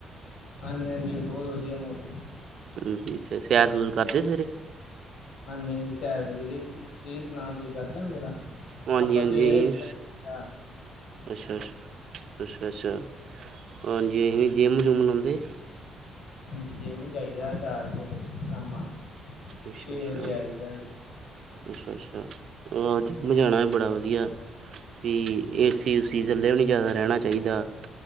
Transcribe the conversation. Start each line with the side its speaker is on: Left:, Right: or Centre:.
Left: ਹਾਂਜੀ, ਹਾਂਜੀ, ਬਹੁਤ ਵਧੀਆ ਮੌਸਮ।
Right: ਅ ਅੱਛਾ, ਸੈਰ-ਸੂਰ ਕਰਦੇ ਸਵੇਰੇ।
Left: ਹਾਂਜੀ-ਹਾਂਜੀ ਸੈਰ ਕਰੀਦੀ, ਤੁਸੀਂ ਸੁਣਾਓ ਤੁਸੀਂ ਕਰਦੇ ਹੁੁੁੰਦੇ ਸੈਰ,
Right: ਹਾਂਜੀ
Left: ਆਪਾਂ
Right: ਹਾਂਜੀ
Left: ਸਵੇਰੇ
Right: ਅਸੀਂ
Left: ਕਿਆ।
Right: ਅੱਛਾ, ਅ, ਅੱਛਾ- ਅੱਛਾ ਹਾਂਜੀ, ਅਸੀਂ ਜਿੰਮ-ਜੁੰਮ ਲਾਉਂਦੇ।
Left: ਹਾਂਜੀ, ਜਿੰਮ ਜਾਈਦਾ ਚਾਰ ਕ ਵਜੇ ਸ਼ਾਮਾਂ।
Right: ਅੱਛਾ-
Left: ਛੇ
Right: ਅੱਛਾ-
Left: ਵਜੇ ਆਈਦਾ ਜੀ
Right: ਅੱਛਾ- ਅੱਛਾ ਹੋਰ ਜਿੰਮ ਜਾਣਾ ਐ, ਬੜਾ ਵਧੀਆ। ਵੀ
Left: ਹਾਂਜੀ
Right: ਏਸੀ ਉਸੀ ਥੱਲੇ ਵੀ ਨਹੀਂ ਜ਼ਾਦਾ ਰਹਿਣਾ ਚਾਹੀਦਾ।